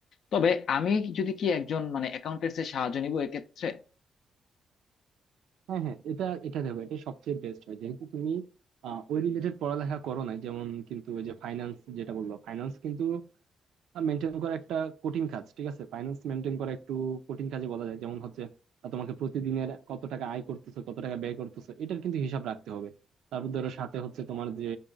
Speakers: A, on the left; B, on the right.
A: তবে আমি যদি কি একজন মানে অ্যাকাউন্টেন্টস এর সাহায্য নিব এক্ষেত্রে
B: হ্যাঁ হ্যাঁ এটা এটা দেখো এটা সবচেয়ে বেস্ট হয় যেহেতু তুমি আহ, ওই রিলেটেড পড়ালেখা করো না যেমন কিন্তু ওই যে ফাইন্যান্স যেটা বললো ফাইন্যান্স কিন্তু মেনটেন করা একটা কঠিন কাজ ঠিক আছে ফাইন্যান্স মেনটেন করা একটু কঠিন কাজে বলা যায় যেমন হচ্ছে আহ, তোমাকে প্রতিদিনের কত টাকা আয় করতেছো কত টাকা ব্যয় করতেছো এটার কিন্তু হিসাব রাখতে হবে তারপর ধরো সাথে হচ্ছে তোমার যে